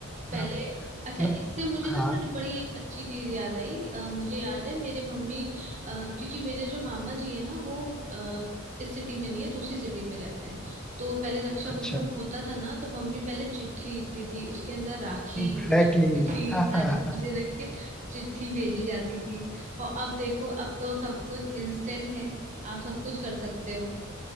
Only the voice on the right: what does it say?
पहले
अच्छा इससे मुझे
ना बड़ी बड़ी एक अच्छी चीज याद आई अ, मुझे याद है मेरे मम्मी अ, क्योंकि मेरे जो मामा जी है ना वो अ, इस सिटी में नहीं है दूसरी सिटी में रहते हैं तो पहले रक्षाबंधन
होता था ना तो मम्मी पहले चिट्ठी लिखती थी उसके अंदर राखी
रखती
थी
सारी
चीजें
रख के चिट्ठी भेजी जाती थी और अब देखो अब तो सब कुछ इंस्टेंट है आप सब कुछ कर सकते हो